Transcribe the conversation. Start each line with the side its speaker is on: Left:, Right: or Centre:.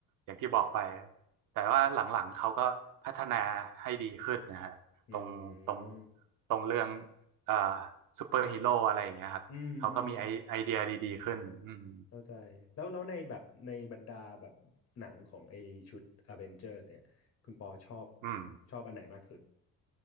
Right: อย่างที่บอกไปแต่ว่าหลังๆเขาก็พัฒนาให้ดีขึ้นนะฮะตรงตรง
Left: อืม
Right: ตรงเรื่องเอ่อซูเปอร์ฮีโร่อะไรอย่างเงี้ยครับเขาก็มีไอไอเดียดีๆขึ้นอืม
Left: อืม อืม เข้าใจแล้วแล้วในแบบในบรรดาแบบหนังของไอชุด Avengers เนี่ยคุณปอชอบ
Right: อืม
Left: ชอบอันไหนมากสุด